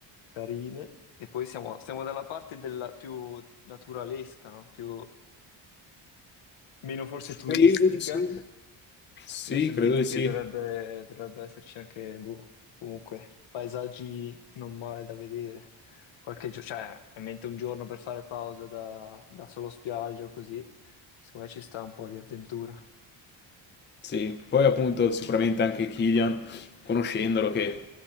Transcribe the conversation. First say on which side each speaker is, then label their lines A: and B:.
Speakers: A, on the left; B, on the left.
A: carine. E poi siamo, siamo dalla parte della più naturalesca, no? Più meno forse turistica.
B: Credo di sì. Sì,
A: Io ho sentito
B: credo di
A: che
B: sì.
A: dovrebbe, dovrebbe esserci anche, boh, comunque, paesaggi non male da vedere. Qualche giorno, cioè, ovviamente un giorno per fare pausa da, da solo spiaggia o così. Secondo me ci sta un po' di avventura.
B: Sì, poi appunto sicuramente anche Killian, conoscendolo, che